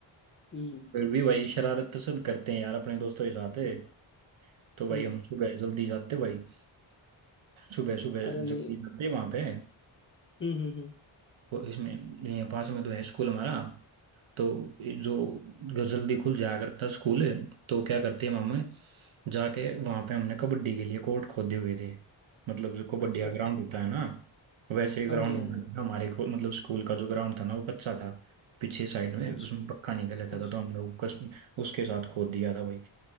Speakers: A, on the left; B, on the right.
A: हम्म
B: फिर भी भाई शरारत तो सब करते हैं यार अपने दोस्तों के साथ
A: हम्म
B: है। तो भाई
A: हम्म
B: हम सुबह जल्दी जाते भाई सुबह सुबह
A: अरे नहीं
B: जल्दी जाते वहाँ पे
A: हम्म हम्म हम्म
B: को- इसमें ये पास में तो है स्कूल हमारा तो ये जो ग- जल्दी खुल जाया करता स्कूल तो क्या करते हैं मम्मी जाके वहाँ पे हमने कबड्डी के लिए कोर्ट खोदे हुए थे मतलब जो कबड्डी
A: अच्छा
B: का ग्राउंड होता है ना वैसे ही ग्राउंड
A: हाँ जी हाँ
B: बना
A: जी
B: था हमारे को मतलब स्कूल का जो ग्राउंड था ना वो कच्चा था पीछे साइड में
A: अच्छा
B: उसमें पक्का नहीं कर रखा
A: अच्छा
B: था तो हम लोग कस, उसके साथ खोद दिया था भाई